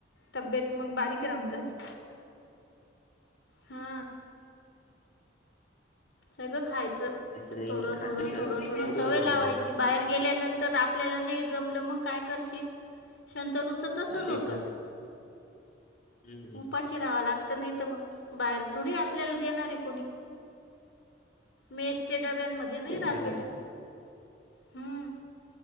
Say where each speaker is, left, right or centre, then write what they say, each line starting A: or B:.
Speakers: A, on the left; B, on the left.
A: तब्येत मग बारीक राहून जाते हा सगळं खायचं
B: असं काही
A: थोडं
B: नाही खातो
A: थोडं
B: स
A: थोडं थोडं
B: मूडवर
A: सवय
B: आहे सध्या.
A: लावायची बाहेर गेल्यानंतर आप आपल्याला नाही जमलं मग काय करशी शंतनूच तसच
B: ते
A: होत
B: पण हम्म
A: उपाशी राहावा लागत नाही तर मग बाहेर थोडी आपल्याला देणार आहे कोणी मेसच्या डब्यांमध्ये नाही राहत
B: प
A: बेटा हम्म